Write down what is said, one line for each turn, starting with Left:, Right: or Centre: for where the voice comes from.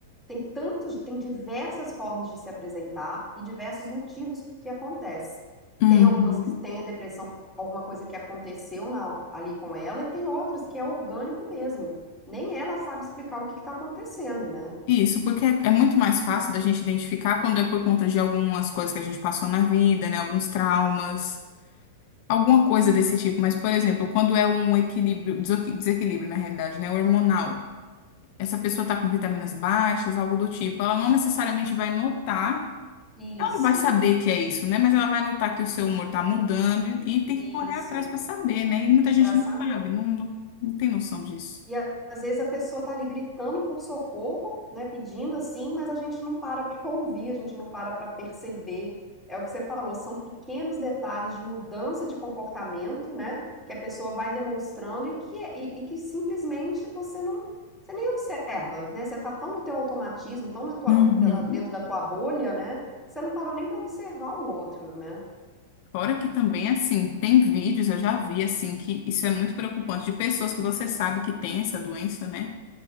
Centre: tem tantos, tem diversas formas de se apresentar e diversos motivos por que acontece.
Left: Uhum.
Centre: Tem algumas que têm a depressão por alguma coisa que aconteceu na- ali com ela, e tem outras que é orgânico mesmo. Nem ela sabe explicar o que está acontecendo, né?
Left: Isso, porque é, é muito mais fácil da gente identificar quando é por conta de algumas coisas que a gente passou na vida, né? Alguns traumas, alguma coisa desse tipo. Mas, por exemplo, quando é um equilíbrio, desequi- desequilíbrio, na realidade, né? Hormonal. Essa pessoa tá com vitaminas baixas, algo do tipo. Ela não necessariamente vai notar
Centre: Isso,
Left: Ela não vai saber que é isso, né? Mas ela vai notar que o seu humor está mudando e, e tem
Centre: isso,
Left: que correr atrás para saber, né? E muita gente
Centre: para saber.
Left: não sabe, não, não, não tem noção disso.
Centre: E a- às vezes a pessoa tá ali gritando por socorro, né, pedindo assim, mas a gente não para <laughs> para ouvir, a gente não para para perceber. É o que você falou, são pequenos detalhes de mudança de comportamento, né, que a pessoa vai demonstrando e que, é, e, e que simplesmente você não, você nem observa, né? Você tá tão no teu automatismo, tão na tua,
Left: Uhum.
Centre: da- dentro da tua bolha, né? Você não parou nem para observar o outro, né?
Left: Fora que também, assim, tem vídeos, eu já vi, assim, que isso é muito preocupante, de pessoas que você sabe que tem essa doença, né?